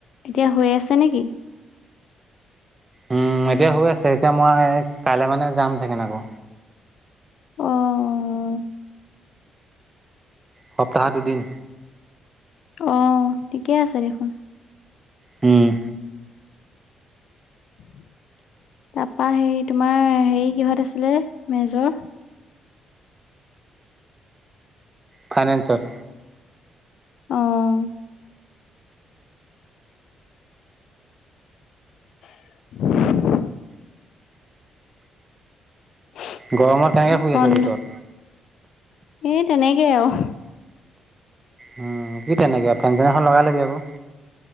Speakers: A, on the left (about 70°); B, on the right (about 20°).
A: এতিয়া হৈ আছে নেকি?
B: উম' এতিয়া হৈ আছে, এতিয়া মই কাইলে মানে যাম চাগে আকৌ।
A: অহ'।
B: সপ্তাহত দুদিন।
A: অ ঠিকে আছে দেখোন।
B: হম'।
A: <inaudible> তাপা হেৰি তোমাৰ হেৰি কিহত আছিলে মেজৰ?
B: ফাইনেন্সত।
A: অহ'। <inaudible> <inaudible>
B: গৰমত কেনেকে শুই
A: বন্ধ,
B: আছ ভিতৰত।
A: এই তেনেকেই আৰু।
B: উম', কি তেনেকে ফেন চেন এখন লগাই ল'বি আকৌ।